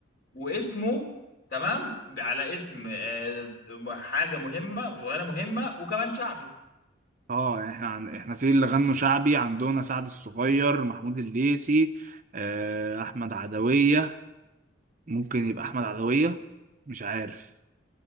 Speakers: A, on the left (about 50°); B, on the right (about 40°).
A: واسمه تمام على اسم آه، حاجة مهمة وشغلانة مهمة وكمان شعبي
B: اه يعني احنا عن... احنا في اللي غنوا شعبي عندنا سعد الصغير محمود الليثي آه، احمد عدوية ممكن يبقى احمد عدوية مش عارف